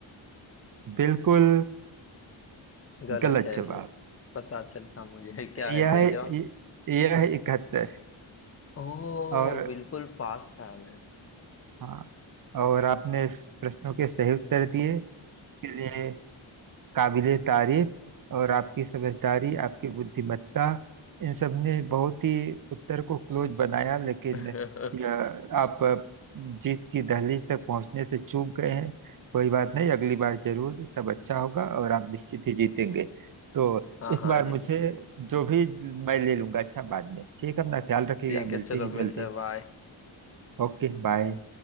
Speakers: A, on the right; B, on the left.
A: बिल्कुल
B: गलत
A: गलत
B: है
A: जवाब
B: मुझे पता चलता मुझे <laughs> क्या है
A: यह
B: सही जवाब
A: यह इकहत्तर
B: ओह
A: और
B: बिल्कुल पास था मैं
A: हाँ और आपने इस प्रश्नों के सही उत्तर दिए इसके लिए काबिले तारीफ और आपकी समझदारी आपकी बुद्धिमत्ता इन सब ने बहुत ही उत्तर को क्लोज बनाया लेकिन
B: <laughs>
A: यह आप जीत की दहलीज तक पहुंचने से चूक गए हैं कोई बात नहीं अगली बार जरूर सब अच्छा होगा और आप निश्चित ही जीतेंगे तो
B: हाँ
A: इस
B: हाँ
A: बार
B: जी
A: मुझे
B: जी
A: जो भी मैं ले लूंगा अच्छा बाद में ठीक है अपना ख्याल रखिएगा
B: ठीक
A: मिलते
B: है चलो
A: हैं जल्दी
B: मिलते हैं बाय
A: Okay bye